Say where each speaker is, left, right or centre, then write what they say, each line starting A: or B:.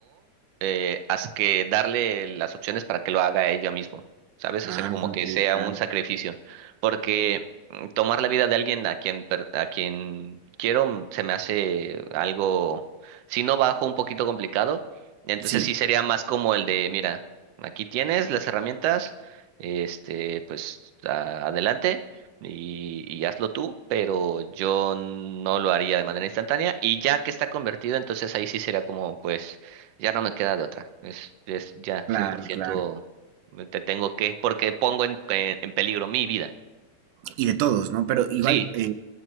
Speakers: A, on the right (about 65°); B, on the right (about 85°).
A: eh, haz que darle las opciones para que lo haga ella misma, ¿sabes?
B: Ah,
A: O sea, como que
B: ok,
A: sea
B: claro.
A: un sacrificio, porque mm, tomar la vida de alguien a quien, per- a quien quiero mm, se me hace algo, si no bajo, un poquito complicado, entonces
B: Sí,
A: sí sería más como el de, mira, aquí tienes las herramientas, este, pues a- adelante. Y, y hazlo tú, pero yo no lo haría de manera instantánea. Y ya que está convertido, entonces ahí sí sería como, pues, ya no me queda de otra. Es, es ya
B: claro,
A: 100%
B: claro.
A: me- te tengo que, porque pongo en, en, en peligro mi vida.
B: y de todos, ¿no? Pero igual
A: Sí,
B: eh,